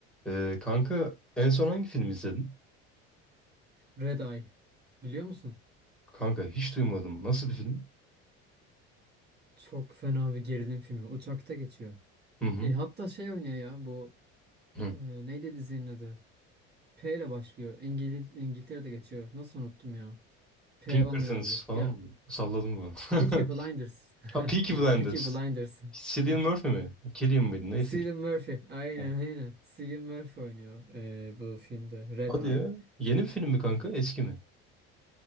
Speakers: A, in the centre; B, on the right.
A: Ee, kanka en son hangi film izledin?
B: Red Eye. Biliyor musun?
A: Kanka hiç duymadım. Nasıl bir film?
B: Çok fena bir gerilim filmi. Uçakta geçiyor.
A: Hı hı.
B: E, hatta şey oynuyor ya bu
A: Hı.
B: e, neydi dizinin adı? P ile başlıyor. İngiliz İngiltere'de geçiyor. Nasıl unuttum ya? P
A: Pink
B: olmuyor
A: Curtains
B: da bilir.
A: falan
B: Ya
A: mı? Salladım bunu. <laughs>
B: Peaky Blinders. <laughs>
A: Ha, Peaky Blinders.
B: Peaky Blinders.
A: Cillian
B: Heh.
A: Murphy mi? Cillian mıydı? Neyse.
B: Cillian Murphy. Aynen
A: Ha.
B: aynen. Cillian Murphy oynuyor e, bu filmde. Red
A: Hadi
B: Eye.
A: ya. Yeni bir film mi kanka? Eski mi?